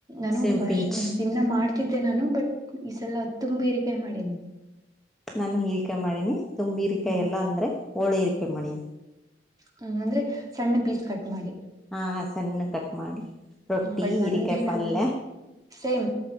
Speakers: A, on the right; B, in the centre.
A: ನಾನು
B: ಸೇಮ್
A: ವರ್ಷ
B: ಪಿಂಚ್
A: ದಿನ ಮಾಡ್ತಿದ್ದೆ ನಾನು ಬಟ್ ಈ ಸಲ ತುಂಬ <unintelligible> ಇರಿಕಾಯಿ ಮಾಡಿನ
B: ನಾನು ಹೀರಿಕಾಯ ಮಾಡಿನಿ ತುಂಬ ಹೀರಿಕಾಯ
A: ಹ್ಮ್
B: ಎಲ್ಲಾ ಅಂದ್ರೆ ಓಳಿರಿಕ್ಕೆ ಮಣಿ
A: ಹ್ಮ್ ಅಂದ್ರೆ ಸಣ್ಣ ಪೀಸ್ ಕಟ್ ಮಾಡಿ
B: ಹಾ ಸಣ್ಣ ಕಟ್ ಮಾಡಿ ರೊಟ್ಟಿ
A: ಬಟ್
B: ಹಿರಿಕಾಯಿ
A: ಒಂದೇನನ್
B: ಪಲ್ಯ
A: ಸೇಮ್